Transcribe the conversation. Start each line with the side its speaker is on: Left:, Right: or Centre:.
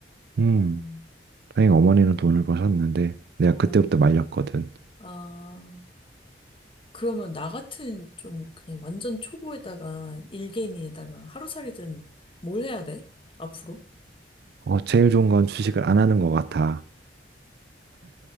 Right: 음,
Left: 음,
Right: 다행히 어머니는 돈을 버셨는데, 내가
Left: 어,
Right: 그때부터 말렸거든.
Left: 아, 그러면 나 같은 좀 그냥 완전 초보에다가 일개미에다가 하루살이들은 뭘 해야 돼? 앞으로?
Right: 어, 제일 좋은 건 주식을 안 하는 것 같아.